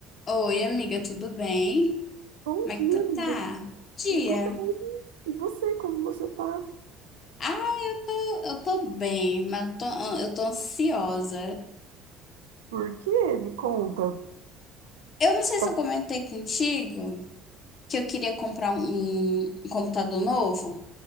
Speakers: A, on the left (about 40°); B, on the right (about 70°).
A: Oi, amiga, tudo bem?
B: Bom
A: Como
B: dia,
A: é que tu
B: amiga.
A: tá? Bom Dia.
B: Eu tô bem. E você, como você tá?
A: Ah, eu tô, eu tô bem, mas tô- ah, eu tô ansiosa.
B: Por quê? Me conta.
A: Eu não
B: Você
A: sei
B: tá-
A: se eu comentei contigo que eu queria comprar um, um computador novo.